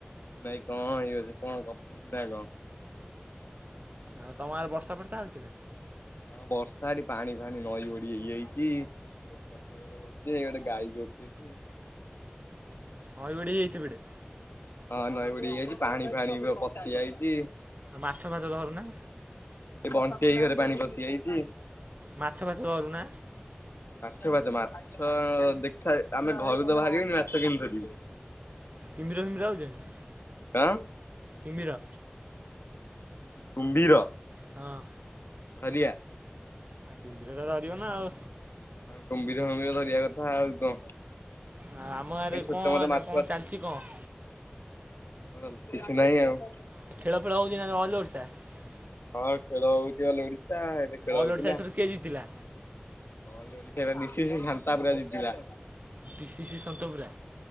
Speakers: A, on the left; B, on the right.
A: ଭାଇ କଣ ଇଏ ସେ କଣ ଗପୁଚୁ ନା କଣ।
B: ଆଉ ତୋମ ଆଡେ ବର୍ଷା ଫର୍ଷା ହଉଚି ନା।
A: ହଁ ବର୍ଷା ଏଠି ପାଣି ଫାଣି ନଈ ବଢି ହେଇଯାଇଚି। ବର୍ଷା ଜୋର ରେ ହଉଚି। ଗୋଟେ ଗାଈ ଜଗିଛି।
B: ନଈ ବଢି ହେଇଚି ସେପଟେ।
A: ହଁ ନଈ ବଢି ହେଇଯାଇଚି। ପାଣି ଫାଣି ପୁରା ପଶି ଯାଇଚି।
B: ମାଛ ଫାଛ ଧରୁ ନା?
A: ଏ ବଣ୍ଟି ଭାଇ ଘରେ ପାଣି ପଶିଯାଇଚି।
B: ମାଛ
A: <inaudible>
B: ଫାଛ ଧରୁନା
A: ମାଛ ଫାଛ ମାଛ ଦେଖା ଆମେ ଘରୁ ତ ବାହାରି ହଉନି। ମାଛ କେମିତି ଧରିବୁ।
B: କିମ୍ଭୀର ଫିମ୍ବିର ଆଉଚନ୍ତି?
A: କଣ?
B: କିମ୍ଭୀର
A: କୁମ୍ଭୀର।
B: ହଁ।
A: ଧରିଆ
B: କିମ୍ଭୀର ର ଟା ଧରିବ ନା ଆଉ।
A: ହଁ କୁମ୍ଭୀର ଫୁମ୍ବିର ଧରିଆ କଥା, ଆଉ କଣ?
B: ଆ, ଆମ
A: ଆମେ
B: ଆରେ
A: ଛୋଟ
B: କଣ
A: ମୋଟ
B: ମାନେ
A: ମାଛ
B: କଣ ଚାଲିଚି କଣ?
A: କଣ କିଛି ନାହିଁ ଆଉ।
B: ଏ ଖେଳ ଫେଳ ହଉଚି ନା ଅଲିଓଡସ ଚା
A: ହଁ ଖେଳ ହଉଚି ଖାଲି ଓଡିଶ ତାହେଲେ ଖେଳ
B: ଅଲ
A: ହଉଥିଲା।
B: ଓଡ଼ିଶା ଏଥର କିଏ ଜିତିଲା?
A: All Odisha D C C ସାନ୍ତା ପୁରା ଜିତିଲା।
B: P C C ସନ୍ତପୁରା।